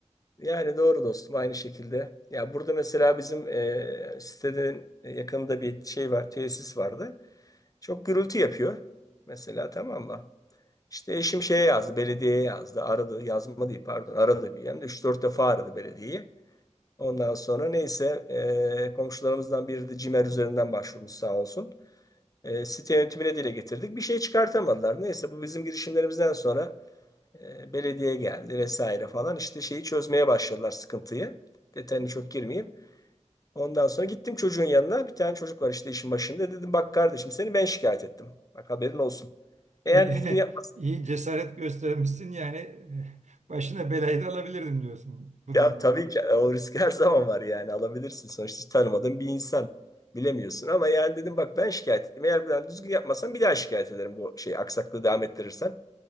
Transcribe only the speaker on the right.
İyi,
<laughs>
iyi cesaret göstermişsin yani eh, başına belayı da alabilirdim diyorsun bu
durumda.